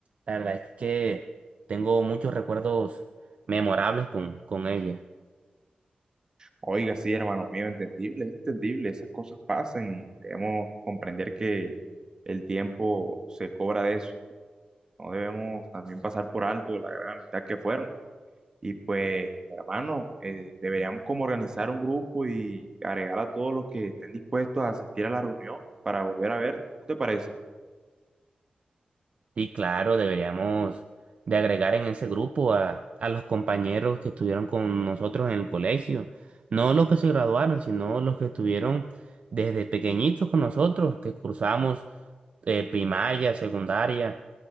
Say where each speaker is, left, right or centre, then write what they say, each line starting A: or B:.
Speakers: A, on the right; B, on the right.
A: la verdad es que tengo muchos recuerdos memorables con, con ella.
B: Oiga, sí, hermano mío, entendible, es entendible, esas cosas pasan y debemos comprender que el tiempo se cobra de eso. No debemos también pasar por alto la gran amistad que fueron. Y pues, hermano, eh, deberíamos como organizar un grupo y agregar a todos los que estén dispuestos a asistir a la reunión para volver a ver, ¿no te parece?
A: Sí, claro, deberíamos de agregar en ese grupo a, a los compañeros que estuvieron con nosotros en el colegio. No los que se graduaron, sino los que estuvieron desde pequeñitos con nosotros, que cursamos eh, primaria, secundaria